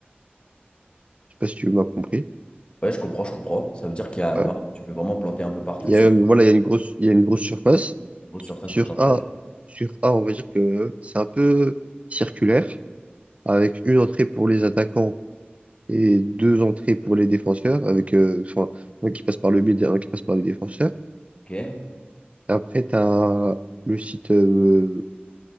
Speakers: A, on the right; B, on the left.
A: Je sais pas si tu m'as compris.
B: Ouais, je comprends, je comprends. Ça veut dire qu'il y a
A: Ouais.
B: vraiment, tu peux vraiment planter un peu partout
A: Il y
B: sur
A: a, une- voilà, il y a une grosse, il y a une grosse surface.
B: une grosse surface
A: Sur
B: de plantage.
A: A, sur A, on va dire que c'est un peu circulaire. avec une entrée pour les attaquants et deux entrées pour les défenseurs, avec euh, enfin, un qui passe par le milieu et un qui passe par les défenseurs.
B: Ok.
A: Après, tu as le site euh,